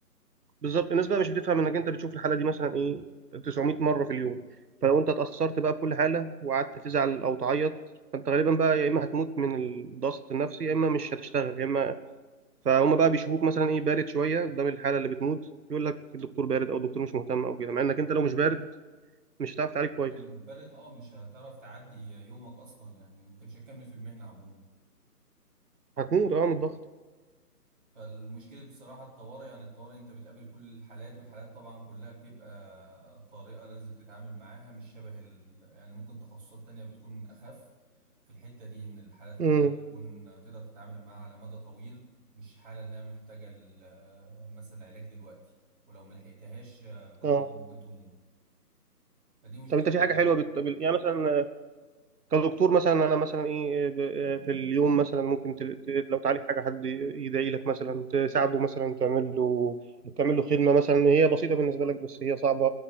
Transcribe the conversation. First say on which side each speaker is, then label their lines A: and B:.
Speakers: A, on the right; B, on the right.
A: بالظبط الناس بقى مش بتفهم انك انت بتشوف الحالة دي مثلا ايه 900 مرة في اليوم فلو انت اتأثرت بقى بكل حالة وقعدت تزعل او تعيط فانت غالبا بقى يا اما هتموت من الضغط النفسي يا اما مش هتشتغل يا اما فهم بقى بيشوفوك مثلا ايه بارد شويه قدام الحاله اللي بتموت يقول لك الدكتور بارد او الدكتور مش مهتم او كده مع انك انت لو مش بارد مش هتعرف تعالج كويس
B: أنت مش بارد أه مش هتعرف تعدي يومك أصلا يعني أنت مش هتكمل في المهنة عموما
A: هتموت اه من الضغط
B: فالمشكلة بصراحة الطوارئ يعني الطوارئ انت بتقابل كل الحالات والحالات طبعا كلها بتبقى طارئة لازم تتعامل معاها مش شبه ال... يعني ممكن تخصصات تانية بتكون أخف في الحتة دي إن الحالات كلها
A: امم
B: بتكون تقدر تتعامل معاها على مدى طويل مش حالة إنها محتاجة ال- مثلا علاج دلوقتي ولو ملحقتهاش لا قدر
A: اه
B: الله ممكن تموت فدي مشكلة
A: طب انت
B: الطوارئ
A: في حاجه حلوه
B: يعني.
A: بت... بال- يعني مثلا آه، كدكتور مثلا انا مثلا ايه آه، ب... آه،
B: <coughs>
A: في اليوم مثلا ممكن ت... ت... لو تعالج حاجه حد يدعي لك مثلا تساعده مثلا تعمل له تعمل له خدمه مثلا هي بسيطه بالنسبه لك بس هي صعبه